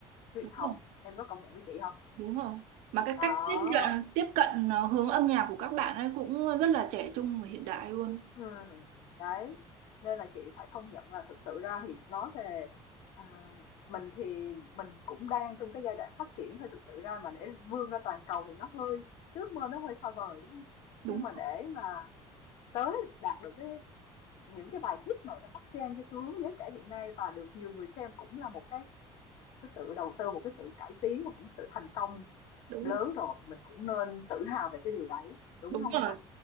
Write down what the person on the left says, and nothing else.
truyền
thống
em có công nhận với chị không
đó
ừ đấy nên là chị phải công nhận là thực sự ra thì nói về à, mình thì mình cũng đang trong cái giai đoạn phát triển thôi thực sự ra mà để vươn ra toàn cầu thì nó hơi ước mơ nó hơi xa vời đúng không
nhưng mà để mà tới đạt được cái những cái bài hit mà nó bắt trend cái xu hướng giới trẻ hiện nay và được nhiều người xem cũng là một cái một cái sự đầu tư một cái sự cải tiến và cũng sự thành công
lớn rồi mình cũng nên tự hào về cái điều đấy đúng
không
Ngọc